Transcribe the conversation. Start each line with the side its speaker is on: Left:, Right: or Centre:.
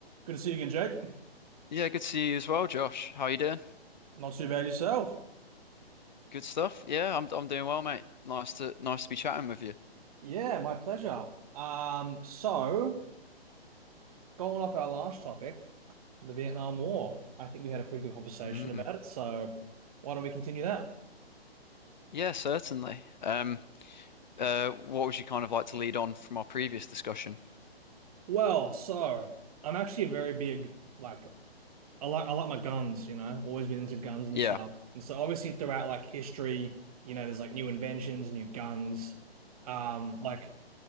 Right: Good to see you again, Jake.
Left: Yeah, good to see you as well, Josh. How you doing?
Right: Not too bad yourself.
Left: Good stuff. Yeah, I'm I'm doing well, mate. Nice to nice to be chatting with you.
Right: Yeah, my pleasure. Um, so going off our last topic, the Vietnam War. I think we had a pretty good conversation
Left: Mm.
Right: about it, so why don't we continue that?
Left: Yeah, certainly. Um, uh, what would you kind of like to lead on from our previous discussion?
Right: Well, so I'm actually a very big like I like I like my guns, you know, always been into guns and
Left: Yeah.
Right: stuff. And so obviously throughout like history, you know, there's like new inventions, new guns. Um, like